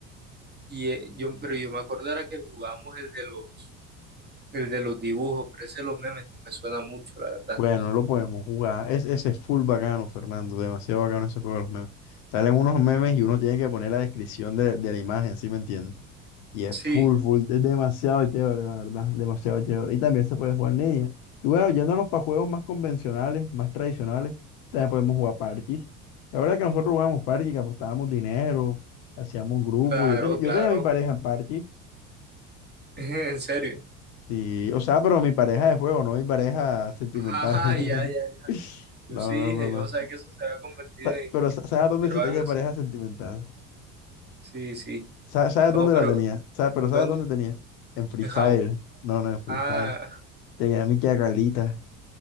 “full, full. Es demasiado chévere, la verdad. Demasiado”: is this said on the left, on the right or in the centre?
Left